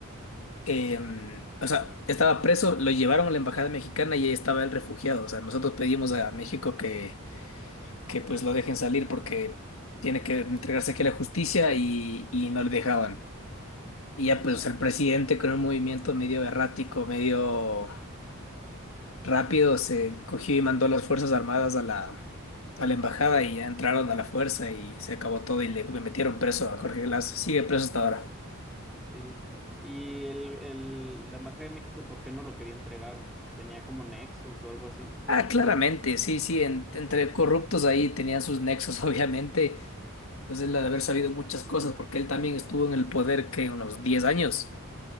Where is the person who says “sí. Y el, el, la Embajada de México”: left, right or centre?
Centre